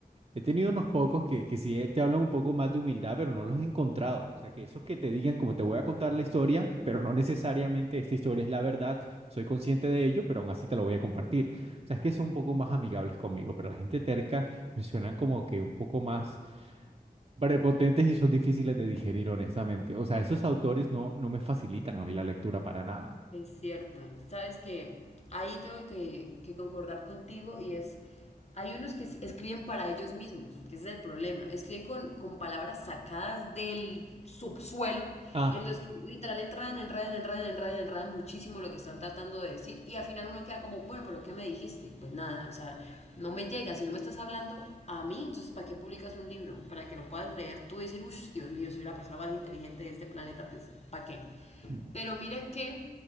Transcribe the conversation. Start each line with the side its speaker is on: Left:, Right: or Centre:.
Right: He tenido unos pocos que, que sí eh, te hablan un poco más de humildad, pero no los he encontrado. O sea, que esos que te digan, como te voy a contar la historia, pero no necesariamente esta historia es la verdad, soy consciente de ello, pero aún así te lo voy a compartir. O sea, es que son un poco más amigables conmigo, pero la gente terca me suenan como que un poco más prepotentes y son difíciles de digerir, honestamente. O sea, esos autores no, no me facilitan a mí la lectura para nada.
Left: Es cierto. Sabes que ahí tengo que, que concordar contigo y es, hay unos que s- escriben para ellos mismos, que ese es el problema. Escriben con, con palabras sacadas del subsuelo,
Right: Ah,
Left: en los que literal enredan, enredan, enredan, enredan, enredan muchísimo lo que están tratando de decir y al final uno queda como, bueno, pero ¿qué me dijiste? Pues nada, o sea, no me llega, si no me estás hablando a mí, entonces ¿para qué publicas un libro? Para que lo puedas leer tú y decir, uff, Dios mío, soy la persona más inteligente de este planeta, pues ¿para qué?
Right: mm,
Left: Pero mira que